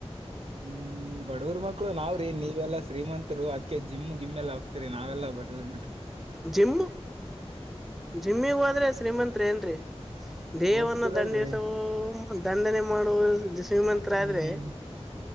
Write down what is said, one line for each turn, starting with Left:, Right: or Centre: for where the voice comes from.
Right: ಹ್ಮ್ ಬಡವರ್ ಮಕ್ಕಳು ನಾವ್ರೀ ನೀವೆಲ್ಲಾ ಶ್ರೀಮಂತ್ರು ಅದಕ ಜಮ್ಗ್ ಗಿಮ್ಮ ಎಲ್ಲ ಹೋಗ್ತೀರಿ ನಾವೆಲ್ಲ ಬಡವರು
Centre: ಜಿಮ್ಮು ಜಿಮ್ಮಿಗ್ ಹೋದ್ರೆ ಶ್ರೀಮಂತ್ ಏನ್ರರಿ ದೇಹವನ್ನು
Right: ಹೋಗ್ತಿರಲ್ರಿ
Centre: ದಂಡಿಸುವ ದಂಡನೆ ಮಾಡುವು ಶ್ರೀಮಂತರ
Right: ಹ್ಮ್
Centre: ಆದ್ರೆ
Right: ಹ್ಮ್